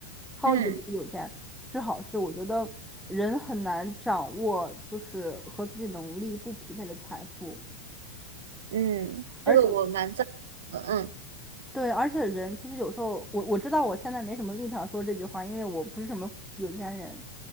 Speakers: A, in the centre; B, on the right (about 60°).
A: 超级有钱，
B: 嗯
A: 是好事。我觉得人很难掌握，就是和自己能力不匹配的财富，
B: 嗯，
A: 而且
B: 这个我蛮赞同的。嗯
A: 对，而且人其实有时候，我我知道我现在没什么立场说这句话，因为我不是什么有钱人，